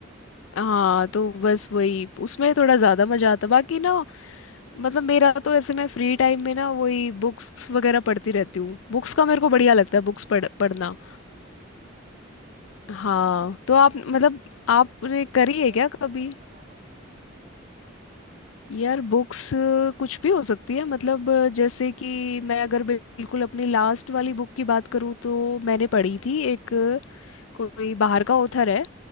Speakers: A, on the left; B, on the right.
A: हाँ तो बस वही उसमें थोड़ा ज्यादा मजा आता बाकी ना मतलब मेरा तो ऐसे मैं फ्री टाइम में ना वही बुक्स वगैरह पढ़ती रहती हूँ बुक्स का मेरे को बढ़िया लगता है बुक्स
B: अच्छा
A: पढ़
B: बुक्स
A: पढ़ना
B: पढ़ने का आपको शौक है
A: हाँ तो आप
B: तो
A: मतलब आपने
B: मतलब कौन सी
A: करी है
B: कैसी
A: क्या
B: बुक्स
A: कभी
B: मतलब पढ़ना पसंद करते हो
A: यार बुक्स कुछ भी हो सकती है मतलब अ, जैसे कि मैं अगर बिल्कुल अपनी लास्ट वाली बुक की बात करूँ तो मैंने पढ़ी थी एक कोई बाहर का ऑथर है